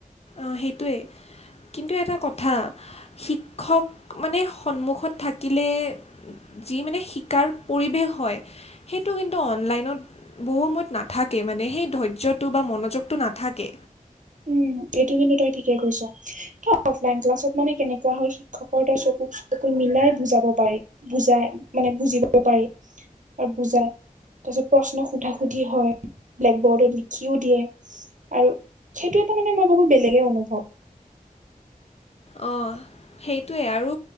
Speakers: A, on the left; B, on the right.
A: অহ, সেইটোৱেই। কিন্তু এটা কথা শিক্ষক মানে সন্মুখত থাকিলে যি মানে শিকাৰ পৰিৱেশ হয় সেইটো কিন্তু অনলাইনত বহু সময়ত নাথাকে মানে সেই ধৈৰ্যটো বা মনোযোগটো নাথাকে
B: উম এইটো কিন্তু তই ঠিকে কৈছ অ অফলাইন ক্লাছত মানে কেনেকোৱা হয় শিক্ষকৰ তাত চকু চকু মিলাই বুজাব পাৰে বুজাই মানে বুজিব পাৰি আৰু বুজাই তাৰ পিছত প্ৰশ্ন সোধা সুধি হয় ব্লেক বৰ্ডত লিখিও দিয়ে আৰু সেইটো এটা মানে মই ভাবো বেলেগে অনুভৱ
A: অ সেইটোৱে আৰু